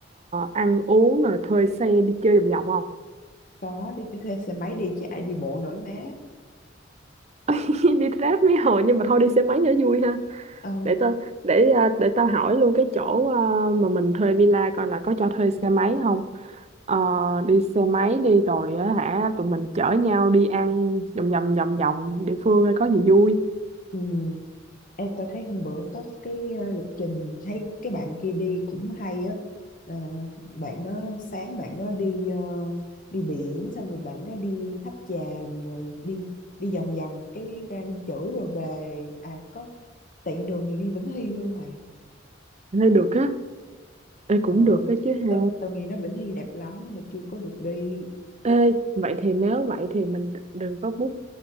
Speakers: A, on the right; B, on the left.
A: ăn uống rồi thuê xe đi chơi vòng vòng không
B: có đi phải thuê xe máy đi chứ ai đi bộ nổi má
A: <laughs> đi Grab mấy hồi nhưng mà thôi đi xe máy cho vui ha
B: ờ
A: để tao để à, để tao hỏi luôn cái chỗ à, mà mình thuê villa coi là có cho thuê xe máy không Ờ, đi xe máy đi rồi á hả tụi mình chở nhau đi ăn vòng vòng vòng vòng địa phương coi có gì vui
B: ừ. em tao thấy hôm bữa có cái ờ, lịch trình thấy cái bạn kia đi cũng hay á Ờ, bạn đó sáng bạn đó đi ờ, đi biển xong rồi bạn đó đi tháp chàm rồi đi đi vòng vòng cái ra Ninh Chữ rồi về à có tiện đường thì đi Vĩnh Hy luôn mày
A: Thế được á Ê, cũng
B: ờ
A: được á chứ ha
B: tao tao nghe nói Vĩnh Hy đẹp lắm nhưng mà chưa có được đi
A: Ê, vậy thì nếu vậy thì mình đừng có book